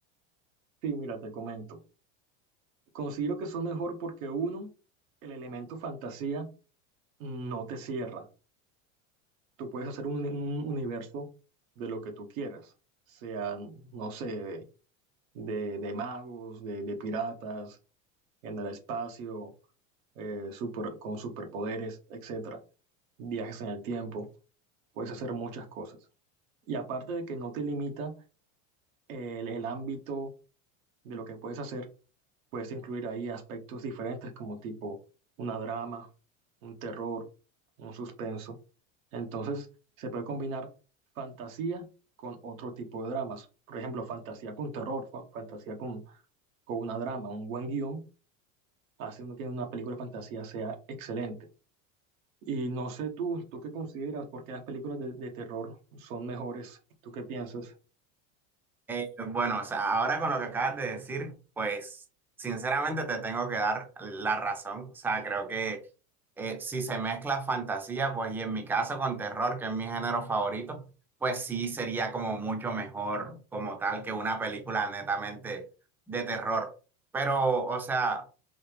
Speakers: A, on the right; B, in the centre.
A: Sí, mira, te comento. Considero que son mejor porque uno, el elemento fantasía no te cierra. Tú puedes hacer un, uni- un universo de lo que tú quieras, sean, no sé, de, de- de magos, de, de piratas, en el espacio, eh, super- con superpoderes, etcétera. Viajes en el tiempo, puedes hacer muchas cosas. Y aparte de que no te limita el, el ámbito de lo que puedes hacer, puedes incluir ahí aspectos diferentes como tipo una drama, un terror, un suspenso. Entonces, se puede combinar fantasía con otro tipo de dramas. Por ejemplo, fantasía con terror, fa- fantasía con, con una drama, un buen guión hace uno que una película de fantasía sea excelente. Y no sé tú, ¿tú qué consideras? ¿Por qué las películas de, de terror son mejores? ¿Tú qué piensas?
B: Eh, bueno, o sea, ahora con lo que acabas de decir, pues sinceramente te tengo que dar la razón. O sea, creo que eh, si se mezcla fantasía, pues y en mi caso con terror, que es mi género favorito, pues sí sería como mucho mejor como tal que una película netamente de terror. Pero, o sea,